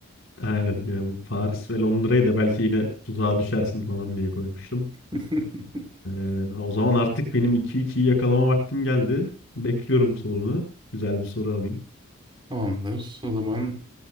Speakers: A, on the left; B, on the right.
A: Aynen yani bu Paris ve Londra'yı da belki yine tuzağa düşersin falan diye koymuştum.
B: <laughs>
A: Ee, o zaman artık benim iki 2yi yakalama vaktim geldi. Bekliyorum sorunu. Güzel bir soru alayım.
B: Tamamdır. O zaman